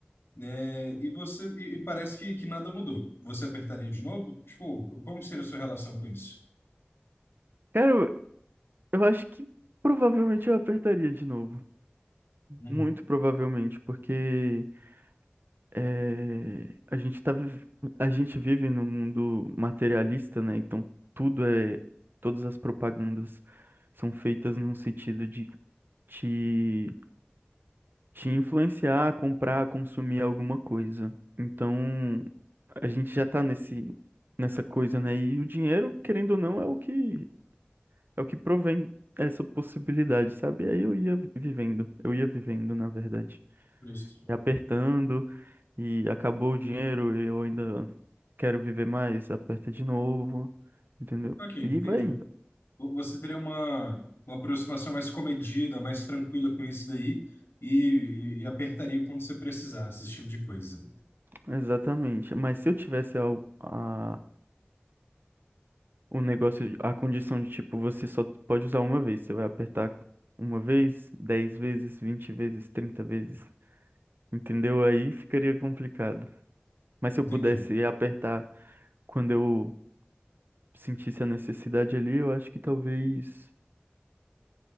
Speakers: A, on the left; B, on the right.
A: né? E você e, e parece que, que nada mudou. Você apertaria de novo? Tipo, como seria a sua relação com isso?
B: Cara, Eu acho que provavelmente eu apertaria de novo.
A: Uhum.
B: Muito provavelmente, porque eh, a gente tá, viv- a gente vive num mundo materialista, né? Então tudo é. Todas as propagandas são feitas num sentido de te, te influenciar a comprar, a consumir alguma coisa. Então a gente já tá nesse, nessa coisa, né? E o dinheiro, querendo ou não, é o que é o que provém essa possibilidade, sabe? Aí eu ia vivendo, eu ia vivendo, na verdade.
A: Justo.
B: E apertando, e acabou o dinheiro, e eu ainda quero viver mais, aperta de novo, entendeu?
A: Ok,
B: E
A: entendi.
B: vai indo.
A: V- Você teria uma, uma aproximação mais comedida, mais tranquila com isso daí, e, e, e apertaria quando você precisasse, esse tipo de coisa.
B: Exatamente. Mas se eu tivesse a, a- o negócio, a condição de tipo, você só pode usar uma vez, você vai apertar uma vez, dez vezes, vinte vezes, trinta vezes, entendeu? Aí ficaria complicado. Mas se
A: Entendi.
B: eu pudesse apertar quando eu sentisse a necessidade ali, eu acho que talvez